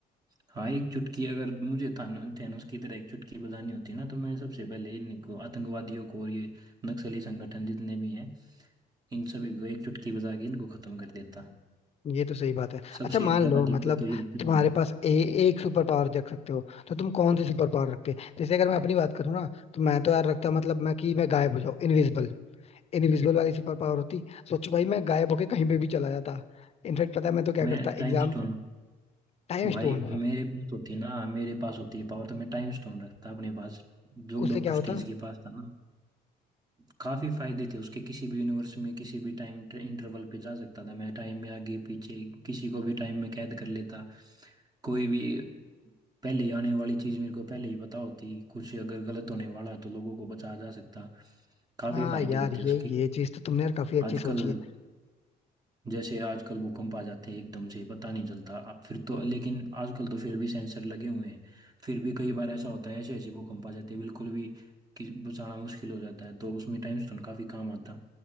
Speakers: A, on the right (about 25°); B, on the left (about 40°).
A: हाँ एक चुटकी अगर मुझे थानो थैनोस की तरह एक चुटकी बजानी होती ना तो मैं सबसे पहले इनको आतंकवादियों को और ये नक्सली संगठन जितने भी हैं इन सभी को एक चुटकी बजा के इनको खत्म कर देता
B: ये तो सही बात है
A: सबसे
B: अच्छा मान
A: ज्यादा
B: लो
A: दिक्कत
B: मतलब
A: तो यही कर
B: तुम्हारे
A: रहे हैं
B: पास ए, एक सुपर पावर रख सकते हो तो तुम कौन सी सुपर पावर रखते जैसे अगर मैं अपनी बात करूँ ना तो मैं तो यार रखता मतलब मैं कि मैं गायब हो जाऊँ इनविजिबल इनविजिबल वाली सुपर पावर होती सोच भाई मैं गायब होके कहीं पे भी चला जाता इनफेक्ट पता है मैं तो क्या
A: मैं
B: करता
A: टाइम
B: एग्जाम
A: स्टोन
B: टाइम
A: भाई
B: स्टोन
A: मेरे पास होती ना मेरे पास होती है पावर तो मैं टाइम स्टोन रखता अपने पास जो
B: उससे
A: डॉक्टर
B: क्या होता
A: स्ट्रेंज के पास था ना काफी फायदे थे उसके किसी भी यूनिवर्स में किसी भी टाइम इंटरवल पे जा सकता था मैं टाइम में आगे पीछे किसी को भी टाइम में कैद कर लेता कोई भी पहले आने वाली चीज मेरे को पहले ही पता होती कुछ अगर गलत होने वाला है तो लोगों को बचाया जा सकता काफी
B: हाँ
A: फायदे
B: यार
A: होते
B: ये
A: उसके
B: ये चीज तो तुमने यार काफी अच्छी
A: आजकल
B: सोची है
A: जैसे आजकल भूकंप आ जाते हैं एकदम से पता नहीं चलता अब फिर तो लेकिन आजकल तो फिर भी सेंसर लगे हुए हैं फिर भी कई बार ऐसा होता है ऐसे ऐसे भूकंप आ जाते हैं बिल्कुल भी कि बचाना मुश्किल हो जाता है तो उसमें टाइम स्टोन काफी काम आता